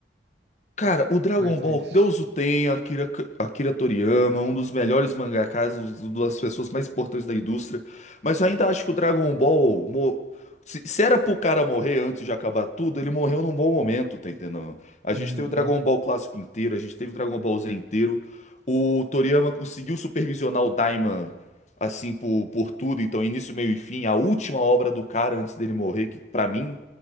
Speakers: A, on the left (about 40°); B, on the right (about 70°).
A: Cara, o Dragon
B: Foi triste.
A: Ball, Deus o tenha, Akira, Akira Toriyama, um dos melhores mangakas, uma das pessoas mais importantes da indústria. Mas eu ainda acho que o Dragon Ball. mo- Se, se era pro cara morrer antes de acabar tudo, ele morreu num bom momento, tá entendendo? A
B: Uhum.
A: gente teve o Dragon Ball clássico inteiro, a gente teve o Dragon Ball Z inteiro. O Toriyama conseguiu supervisionar o Daima, assim, por, por tudo. Então, início, meio e fim, a última obra do cara antes dele morrer, que pra mim.